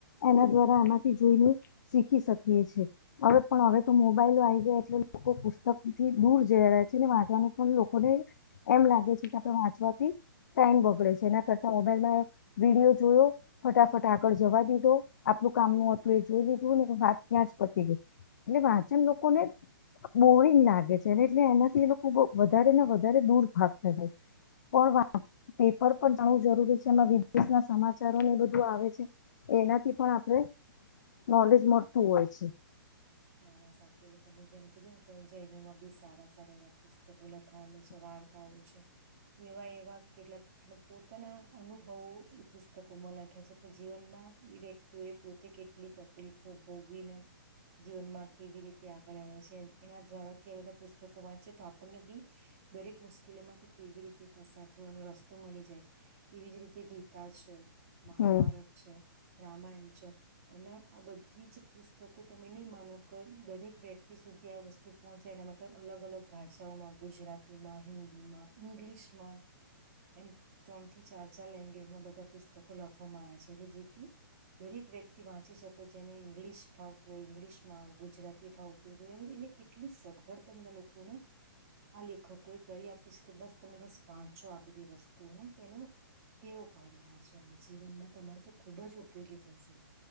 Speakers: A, on the left; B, on the right.
A: એના દ્વારા આમાંથી જોઈને શીખી શકીએ છેએ હવે પણ હવે તો મોબાઈલો આવી ગયા એટલે લોકો પુસ્તકથી દૂર જઈ રહ્યા છે ને વાંચવાનું પણ લોકોને એમ લાગે છે કે આપણે વાંચવાથી ટાઈમ બગડે છે જેના કરતા મોબાઈલમાં વિડીયો જોયો ફટાફટ આગળ જવા દીધો આપલું કામનું હતું એ જોઈ લીધું ને વાત ત્યાં જ પતી ગય એટલે વાચન લોકો ને બોરિંગ લાગે છે એટલે એનાથી એ લોકો વધારે ને વધારે દૂર ભાગતા જાય છે પણ પેપર પણ જાવું જરૂરી છે એમાં વિદેશના સમાચારોને બધું આવે છે એનાથી પણ આપણે નોલેજ મળતું હોય છે
B: નાના સાથી તમે જેને કીધું ને જમાં બી સારા સારા એવા પુસ્તકો લખાયેલો છે વાર્તાઓ છે એવા એવા કેટલાક પોતાના અનુભવો પુસ્તકોમાં લખ્યા છે કે જીવનમાં એ વ્યક્તિઓ એ પોતે કેટલી તકલીફો ભોગવી ના જીવનમાં કેવી રીતે તે આગળ આવે્યા છે એના દ્વારાથી બધા પુસ્તકો વાંચીે તો આપણને બી દરેક મુશ્કેલી માંથી કેવી રીતે પસાર થય એનો રસ્તો મળી જાય એવી જ રીતે ગીતા છે મહહાભારત
A: હમ.
B: છે રામાયણચ અને આ બધી જ પુસ્તકો તમે નહી માનો કે દરેક વ્યક્તિ સુધી આ વસ્તુ પહોંચે એના માટે અલગ અલગ ભાષાઓમાં ગુજરાતીમાં હિન્દી માં ઈંગ્લિશમાં એમ ત્રણ થી ચાર ચાર લેંગ્વેજમાં બધા પુસ્તકો લખવામાં આવ્યા છે એટલે જેથી દરેક વ્યક્તિ વાંચી શકે જેને ઈંગ્લિશ ફાવ તો ઇંગ્લિશ માં ગુજરાતી ફાવતું હોય એ એટલે કેટલી સગવડ તમને લોકોને આ લેખકો એ કરી આપીશ કે બસ તમે બસ વાંચો આ બધી વસ્તુઓને કે એનું ટેવું પાાડો વાંચવા અને જીવનમાં તમાર તો ખુબ જ ઉપયોગી થશે